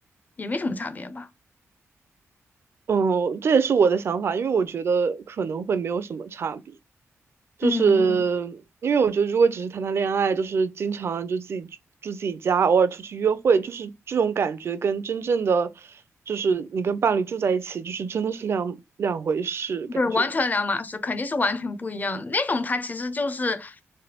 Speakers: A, on the left (about 30°); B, on the right (about 50°).
A: 也没什么差别吧。
B: 嗯，这也是我的想法，因为我觉得可能会没有什么差别，就是因为我觉得如果只是谈谈恋爱，
A: 嗯嗯
B: 就是经常就自己住住自己家，偶尔出去约会，就是这种感觉跟真正的就是你跟伴侣住在一起，就是真的是两两回事感觉。
A: 对，完全两码事，肯定是完全不一样的。那种它其实就是，